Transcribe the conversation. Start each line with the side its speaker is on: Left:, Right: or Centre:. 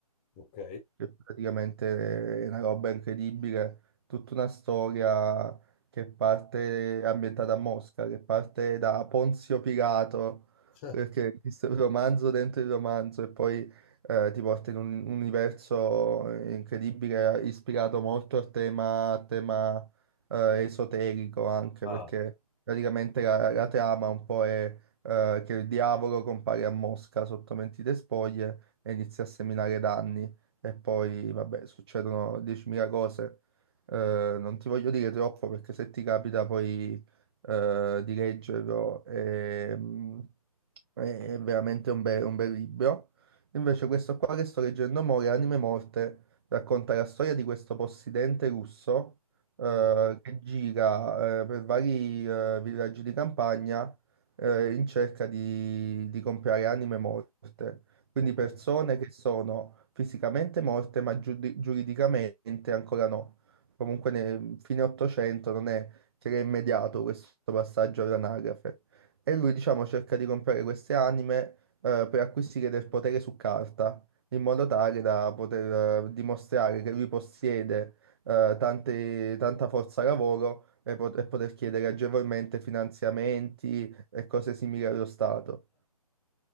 Left: ok.
Right: che praticamente è una roba incredibile, tutta una storia che parte ambientata a Mosca, che parte da Ponzio Pilato,
Left: <laughs>
Right: perché esiste un romanzo dentro il romanzo e poi eh, ti porta in un un universo incredibile, ispirato molto al tema, al tema eh, esoterico anche,
Left: Ah,
Right: perché praticamente la, la trama un po' è eh, che il diavolo compare a Mosca sotto mentite spoglie e inizia a seminare danni e poi, vabbè, succedono 10.000 cose. Eh, non ti voglio dire troppo perché se ti capita poi eh, di leggerlo, ehm, è è veramente un, be- un bel libro. Invece questo qua che sto leggendo mo, Le anime morte, racconta la storia di questo possidente russo eh,
Left: mm,
Right: che gira eh, per vari eh, villaggi di campagna eh, in cerca di, di comprare anime morte. Quindi
Left: ok.
Right: persone che sono fisicamente morte ma giudi- giuridicamente ancora no. Comunque nel fine 800 non è che era immediato questo passaggio all'anagrafe. E lui, diciamo, cerca di comprare queste anime eh, per acquisire del potere su carta, in modo tale da poter eh, dimostrare che lui possiede eh, tante- tanta forza lavoro e, pot- e poter chiedere agevolmente finanziamenti e cose simili allo Stato.